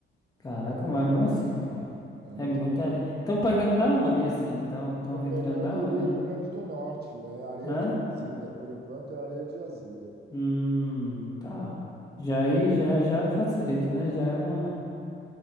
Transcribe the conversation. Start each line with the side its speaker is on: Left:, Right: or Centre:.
Left: Caraca, mas mesmo assim, pô.
Right: É
Left: É
Right: muita
Left: muita
Right: coisa.
Left: areia. Estão pegando da onde, assim? Então, estão
Right: Estamos
Left: retirando
Right: pegando
Left: da onde?
Right: do Rio Grande do Norte, é areia
Left: Hã?
Right: de jazida, por enquanto é areia de jazida.
Left: Hum, tá. Já aí, já, já facilita, né? Já é uma...